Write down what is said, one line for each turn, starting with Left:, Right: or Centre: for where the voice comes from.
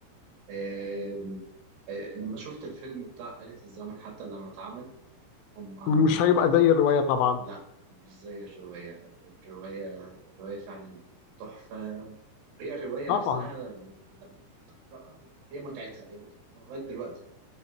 Right: آم، آه، لما شفت الفيلم بتاع آلة الزمن حتى لما اتعمل هما
Left: مش هيبقى زي الروايه طبعا
Right: لا مش زي الرواية الرواية الرواية فعلا تحفة هي الرواية
Left: طبعا
Right: نفسها لما تقرأها هي متعتها هي متعتها لغاية دلوقتي